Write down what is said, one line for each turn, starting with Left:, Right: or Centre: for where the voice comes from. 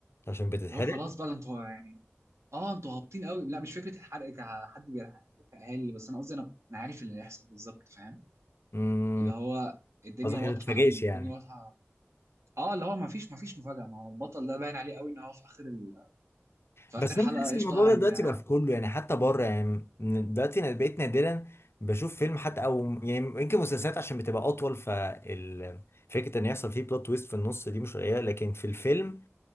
Left: عشان بتتحرق
Right: اللي هو خلاص بقى ده انتوا يعني اه انتوا هابطين قوي لا مش فكرة الحرق كحد بيحرق- بيحرقها لي بس انا قصدي انا انا عارف اللي هيحصل بالظبط فاهم
Left: امم
Right: اللي هو الدنيا
Left: قصدك
Right: واضحة
Left: ما تتفاجئش
Right: قوي الدنيا
Left: يعني
Right: واضحة اه اللي هو ما فيش ما فيش مفاجأة ما هو البطل ده باين عليه قوي ان هو في اخر ال... في
Left: بس
Right: اخر حلقة
Left: انا بحس ان
Right: قشطة
Left: الموضوع
Right: هي
Left: ده دلوقتي بقى في كله يعني حتى بره يعني من- دلوقتي انا بقيت نادرا بشوف فيلم حتى او يعني يمكن مسلسلات عشان بتبقى اطول ففكره ان يحصل فيه بلوت تويست في النص دي مش قليله لكن في الفيلم